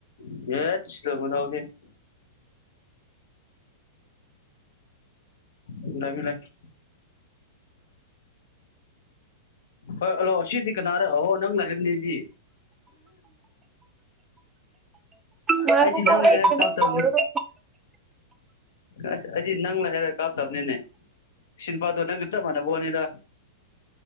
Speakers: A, on the left; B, on the right.
A: <unintelligible> <unintelligible> ꯍꯣꯏ ꯍꯜꯂꯣ ꯁꯤꯗꯤ ꯀꯅꯥꯔꯅꯣ ꯍꯣ ꯅꯪ ꯍꯥꯏꯕꯅꯦꯗꯤ
B: ꯉꯥꯏꯈꯣꯀꯣ
A: ꯑꯩꯗꯤ ꯅꯪꯅ
B: ꯑꯩ
A: ꯍꯥꯏꯔ
B: ꯀꯩꯅꯣꯝ
A: ꯆꯥ ꯇꯥꯕꯅꯤ
B: ꯇꯧꯔꯒ
A: ꯑꯁ ꯑꯩꯗꯤ ꯅꯪꯅ ꯍꯥꯏꯔꯒ ꯀꯥꯞꯇꯕꯅꯤꯅꯦ ꯑꯁꯤ ꯅꯨꯄꯥꯗꯣ ꯅꯪꯒ ꯆꯞ ꯃꯥꯟꯅꯕꯣꯅꯤꯗ